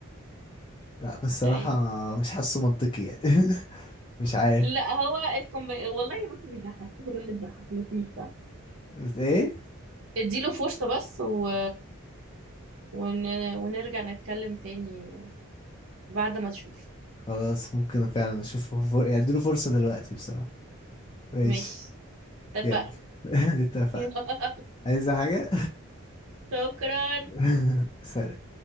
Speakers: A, on the left; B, on the right.
A: <laughs> لا الصراحة
B: ايوه
A: مش حاسه منطقي يعني <laughs> مش عارف
B: لا هو الكومب والله بص مش ضحك في حاجة بتضحك لطيفة
A: بس ايه
B: اديله فرصة بس و... ون... ونرجع نتكلم تاني بعد ما تشوف
A: خلاص ممكن فعلا اشوفه فر... يعني اديله فرصة دلوقتي بصراحة ماشي
B: ماشي اتفقنا
A: يلا <laughs> اتفقنا
B: <laughs>
A: عايزة حاجة
B: شكرا
A: <laughs> سلام